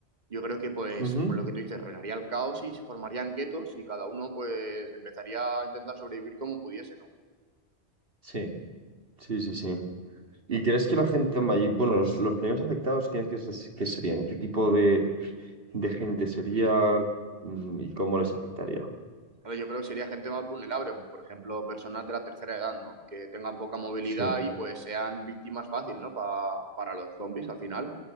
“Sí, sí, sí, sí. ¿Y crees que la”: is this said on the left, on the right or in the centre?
Right